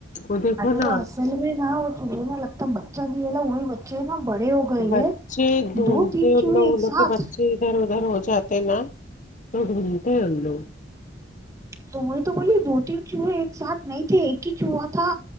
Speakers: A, on the left (about 45°); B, on the right (about 20°).
A: وہ دیکھو
B: ارے
A: نا
B: وہ اصل میں نا وہ چجے نا لگتا ہے بچہ دیا لا وہی بچے ہیں نا بڑے ہو گئے لے
A: بچے ڈھونڈتے
B: دو تین چوہے
A: ان لوگ
B: ایک
A: انو
B: ساتھ
A: کے بچے ادھر ادھر ہو جاتے نا تو ڈھونڈتے ہیں ان لوگ
B: تو وہی تو بولیے دو تین چوہے ایک ساتھ نہیں تھے ایک ہی چوہا تھا